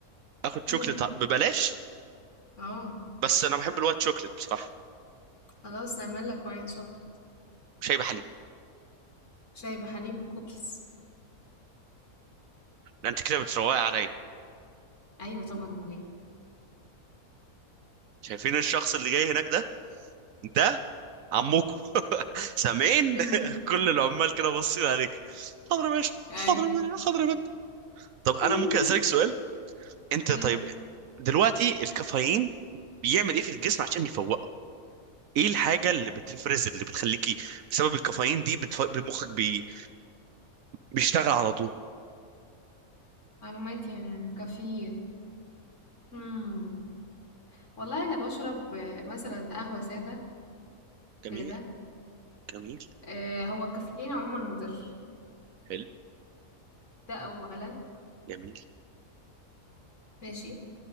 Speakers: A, on the right (about 70°); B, on the left (about 55°).
A: اخد
B: <laughs>
A: شوكليت ببلاش
B: اه
A: بس انا بحب الوايت شوكليت بصراحه
B: خلاص نعمل لك وايت شوكليت
A: وشاي بحليب
B: شاي بحليب وكوكيز
A: لان انت كده بتروقي عليا
B: ايوه طبعا امال ايه
A: شايفين الشخص اللي جاي هناك ده ده عمكم <laughs> سامعين
B: <laughs>
A: <laughs> كل العمال كده باصين عليك حاضر يا باشا
B: ايوه
A: حاضر يا باشا حاضر يا باشا طب انا
B: <laughs>
A: ممكن اسالك سؤال انت
B: ايه
A: طيب دلوقتي الكافيين بيعمل ايه في الجسم عشان يفوق ايه الحاجه اللي بتفرز اللي بتخليكي بسبب الكافيين دي بتف... مخك بي... بيشتغل على طول
B: معلومات يعني عن الكافيين مم. والله انا بشرب آه، مثلا قهوة سادة
A: جميل
B: كده
A: جميل
B: آه، هو الكافيين عموما مضر
A: حلو
B: ده اولا
A: جميل
B: ماشي